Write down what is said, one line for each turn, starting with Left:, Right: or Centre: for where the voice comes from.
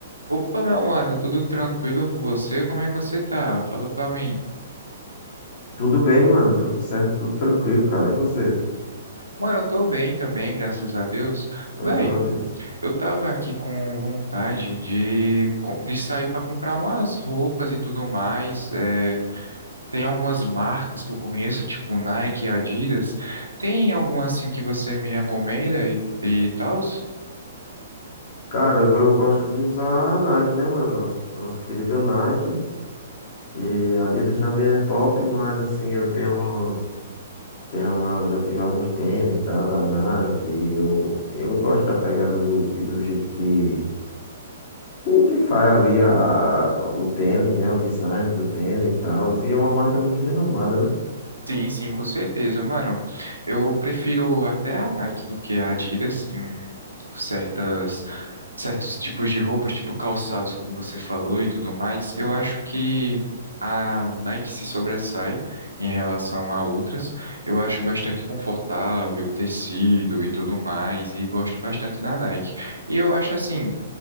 Right: Opa, meu mano, tudo tranquilo com você? Como é que você tá? Fala pra mim.
Left: Tudo bem, mano. Tudo certo, tudo tranquilo, cara. E você?
Right: Mano, eu tô bem também, graças a Deus.
Left: Graças
Right: Véi,
Left: a Deus.
Right: eu tava aqui com vontade de, co- de sair pra comprar umas roupas e tudo mais. É, tem algumas marcas que eu conheço, tipo Nike, Adidas. Tem alguma assim que você me recomenda e, e tal?
Left: Cara, eu, eu gosto de usar a Nike, né, mano? Nossa querida Nike. E a Adidas também é top, mas assim, eu tenho, tenho, já tive alguns tênis, tá, da Nike. E eu, eu gosto da pegada do, e do jeito que, que, que faz ali a, a- o tênis, né? O design do tênis e tal. E é uma marca muito renomada, né?
Right: Sim, sim, com certeza, mano. Eu prefiro até a Nike do que a Adidas em certas, certos tipos de roupas, tipo calçados, como você falou e tudo mais. Eu acho que a Nike se sobressai em relação a outras. Eu acho bastante confortável, tecido e tudo mais, e gosto bastante da Nike. E eu acho assim